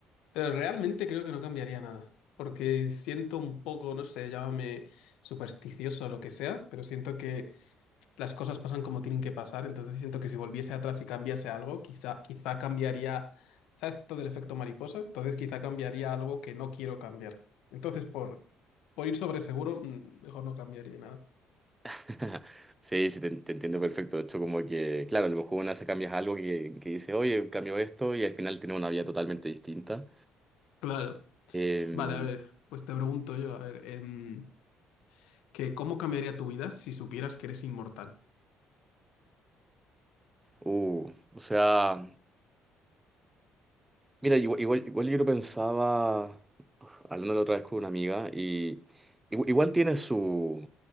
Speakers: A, on the left; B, on the right.
A: Pero realmente creo que no cambiaría nada, porque siento un poco, no sé, llámame supersticioso o lo que sea, pero siento que... las cosas pasan como tienen que pasar, entonces siento que si volviese atrás y cambiase algo, quizá, quizá cambiaría, ¿sabes todo el efecto mariposa? Entonces quizá cambiaría algo que no quiero cambiar. Entonces por, por ir sobre seguro, mm, mejor no cambiaría nada.
B: <laughs> Sí, sí, te, te entiendo perfecto. De hecho, como que, claro, a lo mejor una se cambias algo que, que dice, oye, cambio esto y al final tiene una vida totalmente distinta.
A: Claro.
B: Eh,
A: Vale, a ver, Pues te pregunto yo, a ver, em, que ¿cómo cambiaría tu vida si supieras que eres inmortal?
B: uh, o sea, mira, igual, igual, igual yo lo pensaba, hablando la otra vez con una amiga, y igu- igual, tiene su,